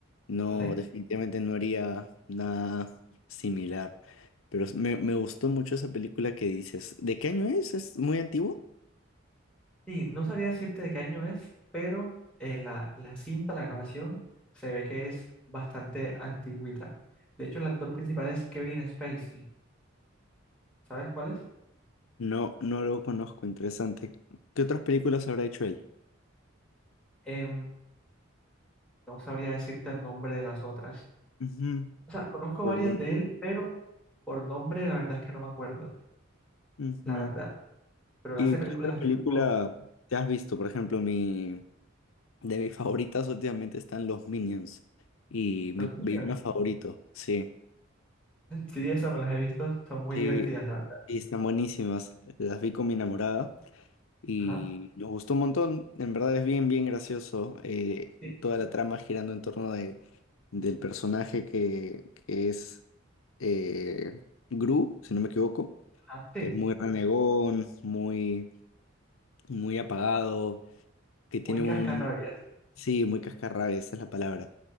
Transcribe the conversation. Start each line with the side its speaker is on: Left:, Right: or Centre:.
Left: No,
Centre: ¿Vale?
Left: definitivamente no haría nada similar. Pero s- me, me gustó mucho esa película que dices. ¿De qué año es? ¿Es muy antiguo?
Centre: Sí, no sabía decirte de qué año es, pero eh, la, la cinta, la grabación, se ve que es bastante antigüita. De hecho, el actor principal es Kevin Spacey. ¿Sabes cuál es?
Left: No, no lo conozco. Interesante. ¿Qué otras películas habrá hecho él?
Centre: Em, no sabría decirte el nombre de las otras.
Left: Ujú,
Centre: O sea, conozco
Left: Pero
Centre: varias
Left: bueno.
Centre: de él, pero por nombre la verdad es que no me acuerdo,
Left: ujú.
Centre: la verdad. Pero él
Left: ¿Y
Centre: hace películas
Left: qué otra
Centre: así
Left: película
Centre: como
Left: te has visto? Por ejemplo, mi... De mis favoritas últimamente están los Minions. Y mi
Centre: Los Minions.
Left: villano favorito,
Centre: <laughs>
Left: sí.
Centre: Sí, esas me las he visto, son muy
Left: Sí,
Centre: divertidas, la verdad.
Left: sí, están buenísimas. Las vi con mi enamorada y
Centre: Ajá,
Left: nos gustó un montón. En verdad es bien, bien gracioso. eh,
Centre: sí,
Left: toda la trama girando en torno de, del personaje que, que es eh, Gru, si no me equivoco,
Centre: ajá, sí,
Left: que es muy renegón, muy, muy apagado, que tiene
Centre: muy cascarrabias.
Left: un... Sí, muy cascarrabias, esa es la palabra